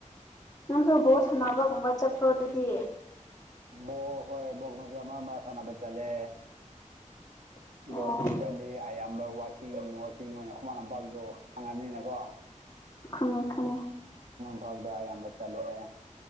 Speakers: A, on the left; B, on the right.
A: ꯅꯪꯁꯨ ꯕꯣꯠ ꯁꯥꯟꯅꯕꯒꯨꯝꯕ ꯆꯠꯇ꯭ꯔꯣ ꯑꯗꯨꯗꯤ
B: ꯣꯛ ꯍꯣꯏ ꯣꯛ ꯃ ꯃꯔ ꯁꯅꯅꯕ ꯆꯂꯦ
A: ꯑꯣ
B: ꯣ ꯍꯧꯖꯤꯛꯀꯥꯟꯗꯤ ꯑꯌꯥꯝ ꯋꯥꯀꯤꯡ ꯋꯥꯀꯤꯡ ꯑꯣꯏꯅ ꯈꯨꯃꯟ ꯂꯝꯄꯥꯛꯇꯣ ꯍꯪꯉꯅꯕꯅꯤꯅꯀꯣ
A: ꯈꯪꯉꯦ ꯈꯪꯉꯦ
B: ꯄꯗ ꯌꯥꯝꯝꯕ ꯆꯜꯦ